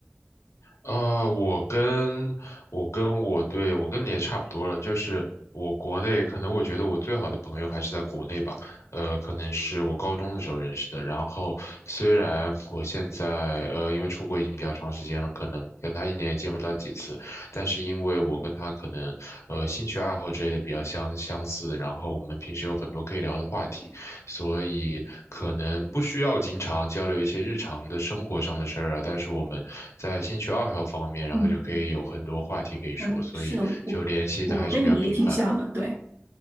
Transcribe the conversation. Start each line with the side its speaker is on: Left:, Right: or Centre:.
Left: 呃，我跟我跟我对我跟你也差不多了，就是我国内可能我觉得我最好的朋友还是在国内吧，呃，可能是我高中的时候认识的。然后虽然我现在呃因为出国已经比较长时间了，可能跟他一年也见不到几次，但是因为我跟他可能呃兴趣爱好之类的比较相相似，然后我们平时有很多可以聊的话题。所以可能不需要经常交流一些日常的生活上的事儿啊，但是我们在兴趣爱好方面，然后就可以有很多话题可以说，
Right: 嗯嗯，
Left: 所以就联系的还是比较频繁。
Right: 是的，我我跟你也挺像的，对。